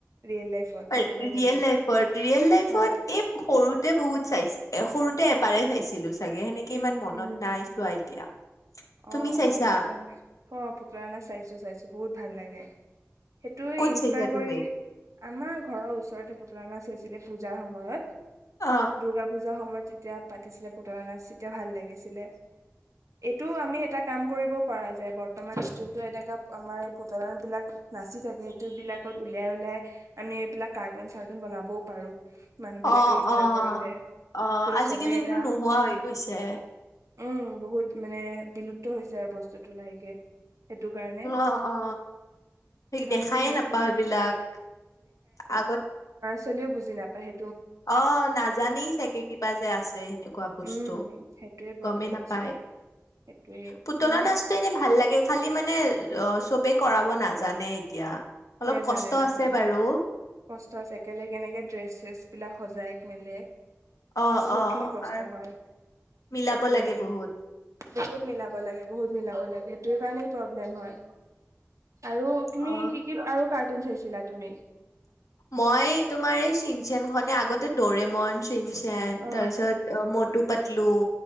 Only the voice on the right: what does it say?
ৰিয়েল লাইফত
নতুন মানে
হয়
উম
উম
অ
অ পুতলা নাচ অ পুতলা নাচ চাইছো চাইছো বহুত ভাল লাগে। সেইটোৱে
ইনস্পায়াৰ
কৰি
আমাৰ ঘৰৰ ওচৰতে পুতলা নাচ হৈছে আছিলে পূজাৰ সময়ত
দুৰ্গা পূজা সময়ত যেতিয়া পাতিছিলে পুতলা নাচ তেতিয়া ভাল লাগিছিলে এত- টো আমি এটা কাম কৰিবও পৰা যায় বৰ্তমান যোনটো এনেকা আমাৰ এই পুতলা বিলাক নাচি থাকে সেইটো বিলাকত উলিয়াই উলিয়াই আমি এইবিলাক কাৰ্টুন চাৰ্টুন বনাবও পাৰো। মানুহ বিলাকে
ইচ্ছা
কৰিলে
তেতিয়া
চবে এটা
উম বহুত মানে বিলুপ্ত হৈছে আৰু বস্তুটো লাহেকে সেইটো কাৰণে
কাৰ্টুন
সেইটোৱে
চলিও বুজি নাপায়হে
উম সেইটোয়ে প্ৰব্লেম
হৈছে সেইটোয়ে
মানে
নেজানে
নেজানে
কষ্ট আছে একেলগে কেনেকে ড্ৰেছে ছেছ বিলাক সজা যাইক মেলে
বহুত
খিনি কষ্ট
হয়
সেইটোৱে
বহুত মিলাব লাগে বহুত মিলাব লাগে সেইটো কাৰণে প্ৰব্লেম হয় আৰু তুমি
কি আৰু কাৰ্টুন চাইছিলা তুমি
অ